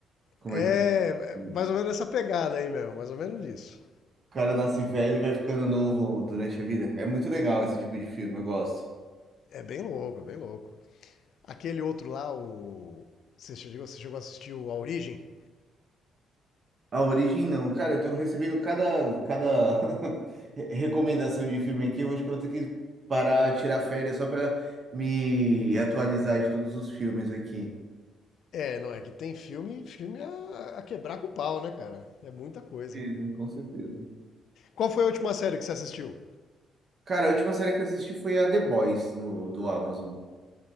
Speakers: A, on the right; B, on the left.
A: Como
B: É,
A: é que é?
B: é
A: o
B: mais ou menos essa pegada aí mesmo, mais ou menos isso.
A: cara nasce velho e vai ficando novo durante a vida. É muito legal esse tipo de filme, eu gosto.
B: É bem louco, é bem louco. Aquele outro lá, o. Você chegou, você chegou a assistir o A Origem?
A: A Origem não. Cara, eu tô recebendo cada, cada <laughs> re- recomendação de filme aqui. Eu acho que eu vou ter que parar, tirar férias só pra me atualizar de todos os filmes aqui.
B: É, não é que tem filme, filme a, a quebrar com o pau, né, cara? É muita coisa.
A: Sim, com certeza.
B: Qual foi a última série que você assistiu?
A: Cara, a última série que eu assisti foi a The Boys no, do Amazon.